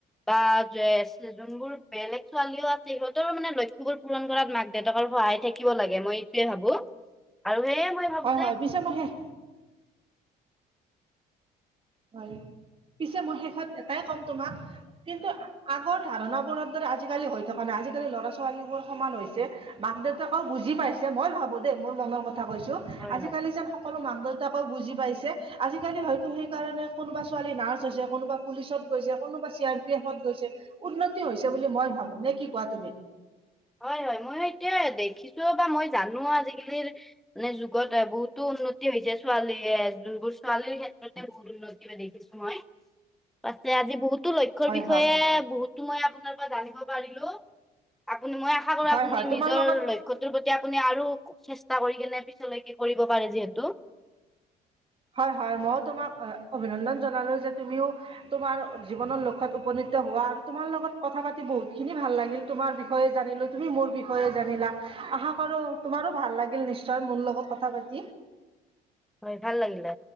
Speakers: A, in the centre; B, on the right.
A: বা যোনবোৰ বেলেগ ছোৱালীও আছে, সিহঁতৰো মানে লক্ষ্যবোৰ পূৰণ কৰাত মাক দেউতাকৰ সহায় থাকিব লাগে। মই এইটোৱেই ভাবো, আৰু সেয়েই মই ভাবো
B: হয়
A: যে
B: হয় পিছে মই শেষ হয়, পিছে মই শেষত এটাই ক'ম তোমাক, কিন্তু আগৰ ধাৰণাবোৰৰ দৰে আজিকালি হৈ থকা নাই, আজিকালি ল'ৰা ছোৱালীবোৰ সমান হৈছে। মাক দেউতাকক বুজি পাইছে, মই ভাবো দেই, মোৰ মনৰ কথা কৈছো।
A: হয়
B: আজিকালি
A: হয়
B: যেন সকলো মাক দেউতাকেও বুজি পাইছে, আজিকালি হয়তো সেই কাৰণে কোনোবা ছোৱালী নাৰ্চ হৈছে, কোনোবা পুলিচত গৈছে, কোনোবা চি আৰ পি এফত গৈছে। উন্নতি হৈছে বুলি মই ভাবো, নে কি কোৱা তুমি?
A: হয় হয়, ময়ো সেইটোৱেই দেখিছো বা মই জানো ৱ আজিকালিৰ মানে যুগত বহুতো উন্নতি হৈছে ছোৱালীয়ে, যোনবোৰ ছোৱালীৰ ক্ষেত্ৰতে বহুত উন্নতি হোৱা দেখিছো মই, পাছে আজি বহুতো লক্ষ লক্ষ্যৰ
B: হয়
A: বিষয়ে
B: হয়
A: বহুতো মই আপোনাৰ পৰা জানিব পাৰিলো। মই আশা কৰোঁ
B: হয়
A: আপুনি
B: হয় তোমাৰ
A: নিজৰ
B: লগত
A: লক্ষ্য লক্ষ্যটোৰ প্ৰতি আপুনি আৰু চেষ্টা কৰি কেনে পিছলৈকে কৰিব পাৰে যিহেতু।
B: হয় হয় মইও তোমাক অভিনন্দন জনালো যে তুমিও তোমাৰ জীৱনৰ লক্ষ্যত উপনীত হোৱা আৰু তোমাৰ লগত কথা পাতি বহুত খিনি ভাল লাগিল তোমাৰ বিষ বিষয়ে জানিলোঁ তুমি মোৰ বিষয়ে জানিলা আশা কৰো তোমাৰো ভাল লাগিল নিশ্চয় মোৰ লগত কথা পাতি
A: হয় ভাল লাগিলে